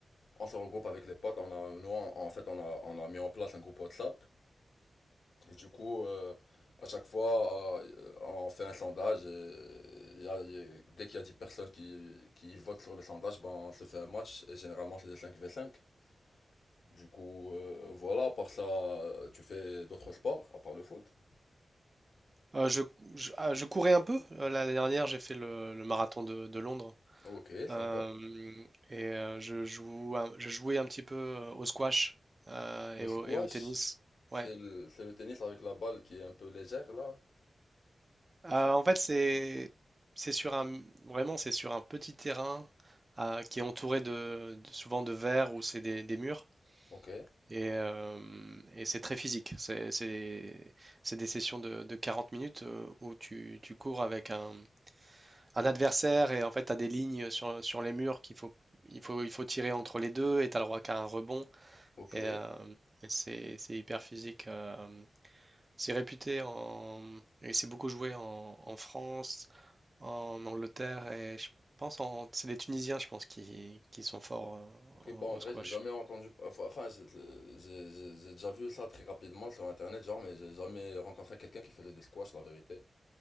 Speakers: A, on the left; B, on the right.
A: On se regroupe avec les potes, on a, nous, en en fait, on a, on a mis en place un groupe WhatsApp. Et du coup, euh, à chaque fois, euh, on fait un sondage et il y a- il y a- dès qu'il y a 10 personnes qui, qui votent sur le sondage, ben, on se fait un match et généralement c'est des cinq v cinq Du coup, euh, voilà, à part ça, euh, tu fais d'autres sports à part le foot.
B: Euh, je, je- ah, je courais un peu. Euh, L'année dernière, j'ai fait le, le marathon de, de Londres.
A: Ok, sympa.
B: Euh, et euh, je joue, un- je jouais un petit peu euh, au squash euh,
A: Le
B: et au,
A: squash,
B: et au tennis.
A: c'est
B: Ouais.
A: le, c'est le tennis avec la balle qui est un peu légère là, c'est
B: Euh,
A: ça?
B: en fait, c'est c'est sur un vraiment c'est sur un petit terrain euh, qui est entouré de, de- souvent de verre ou c'est des, des murs
A: Ok,
B: et, euh, et c'est très physique. C'est c'est c'est des sessions de, de 40 minutes euh, où tu, tu cours avec un, un adversaire et en fait tu as des lignes sur, sur les murs qu'il faut il faut il faut tirer entre les deux et tu as le droit qu'à un rebond.
A: ok,
B: Et, euh, et c'est c'est hyper physique. euh, c'est réputé en. Et c'est beaucoup joué en, en France, en Angleterre et je pense en. C'est les Tunisiens, je pense, qui, qui sont forts euh,
A: ok.
B: au,
A: Bon, en
B: au
A: vrai,
B: squash.
A: j'ai jamais entendu. Enfin, enfin, j'ai j'ai- j'ai- j'ai déjà vu ça très rapidement sur Internet, genre, mais j'ai jamais rencontré quelqu'un qui faisait du squash, la vérité.